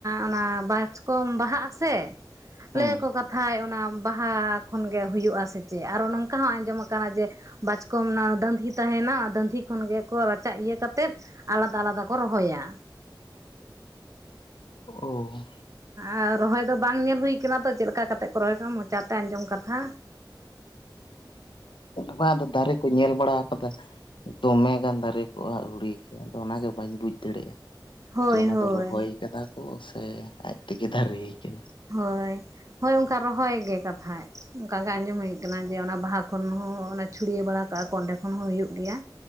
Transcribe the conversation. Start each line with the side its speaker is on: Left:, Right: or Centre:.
Right: ᱚᱱᱟ ᱵᱟᱪᱠᱚᱢ ᱵᱟᱦᱟᱜ ᱟᱥᱮ
Left: ᱦᱩᱸ
Right: ᱞᱟᱹᱭ ᱟᱠᱚ ᱠᱟᱛᱷᱟᱡ ᱚᱱᱟ ᱵᱟᱦᱟ ᱠᱷᱚᱱ ᱜᱮ ᱦᱩᱭᱩᱜ-ᱟᱥᱮ ᱪᱮᱫ ᱟᱨᱚ ᱱᱚᱝᱠᱟ ᱦᱚᱸ ᱟᱸᱡᱚᱢ ᱟᱠᱟᱱᱟ ᱡᱮ ᱵᱟᱪ ᱠᱚᱢ ᱫᱟᱺᱫᱷᱤ ᱛᱟᱦᱮᱱᱟ ᱚᱱᱟ ᱫᱟᱺᱫᱷᱤ ᱠᱷᱚᱱ ᱜᱮᱠᱚ ᱨᱟᱪᱟ ᱤᱭᱟᱹ ᱠᱟᱛᱮᱜ ᱟᱞᱟᱫᱟ ᱟᱞᱟᱫᱟ ᱠᱚ ᱨᱚᱦᱚᱭᱟ
Left: ᱚ
Right: ᱟᱨ ᱨᱚᱦᱚᱭ ᱫᱚ ᱵᱟᱝ ᱧᱮᱞ ᱦᱩᱭ ᱟᱠᱟᱱᱟ ᱛᱚ ᱪᱮᱫ ᱞᱮᱠᱟ ᱠᱟᱛᱮᱜ ᱠᱚ ᱨᱚᱦᱚᱭ ᱠᱟᱜ ᱢᱚᱪᱟᱛᱮ ᱟᱸᱡᱚᱢ ᱠᱟᱛᱷᱟ
Left: ᱵᱟᱝ ᱟᱫᱚ ᱫᱟᱨᱮ ᱠᱚ ᱧᱮᱞ ᱵᱟᱲᱟ ᱟᱠᱟᱫᱟ ᱫᱚᱢᱮ ᱜᱟᱱ ᱫᱟᱨᱮ ᱠᱚᱜ-ᱟ ᱟᱹᱣᱲᱤ ᱜᱮ ᱟᱫᱚ ᱚᱱᱟᱜᱮ ᱵᱟᱹᱧ ᱵᱩᱡᱽ ᱫᱟᱲᱮᱭᱟᱜ-ᱟ
Right: ᱦᱳᱭ
Left: ᱡᱮ ᱚᱱᱟ
Right: ᱦᱳᱭ
Left: ᱫᱚ ᱨᱚᱦᱚᱭ ᱠᱟᱫᱟ ᱠᱚ ᱥᱮ ᱟᱡ ᱛᱮᱜᱮ ᱫᱟᱨᱮ ᱠᱟᱱᱟ
Right: ᱦᱳᱭ ᱦᱳᱭ ᱚᱱᱠᱟ ᱨᱚᱦᱚᱭ ᱜᱮ ᱠᱟᱛᱷᱟᱡ ᱚᱱᱠᱟᱜᱮ ᱟᱸᱡᱚᱢ ᱦᱳᱭ ᱟᱠᱟᱱᱟ ᱡᱮ ᱚᱱᱟ ᱵᱟᱦᱟ ᱠᱷᱚᱱ ᱦᱚᱸ ᱪᱷᱩᱲᱭᱟᱹ ᱵᱟᱲᱟ ᱠᱟᱜ-ᱟ ᱠᱚ ᱚᱱᱰᱮ ᱠᱷᱚᱱ ᱦᱚᱸ ᱦᱳᱭᱳᱜ ᱜᱮᱭᱟ